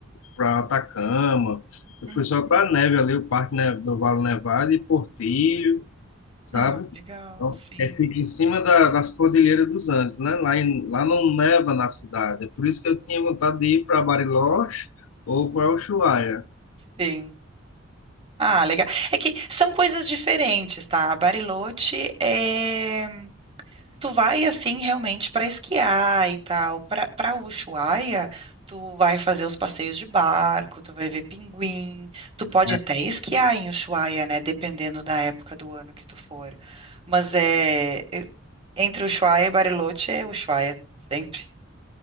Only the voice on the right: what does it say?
Uhum.
Ah, legal,
sim,
sim. Ah, legal. É que são coisas diferentes, tá? Bariloche é Tu vai assim realmente para esquiar e tal. Para para Ushuaia, tu vai fazer os passeios de barco, tu vai ver pinguim, tu pode
até esquiar em Ushuaia, né, dependendo da época do ano que tu for. Mas é é- entre Ushuaia e Bariloche é Ushuaia sempre.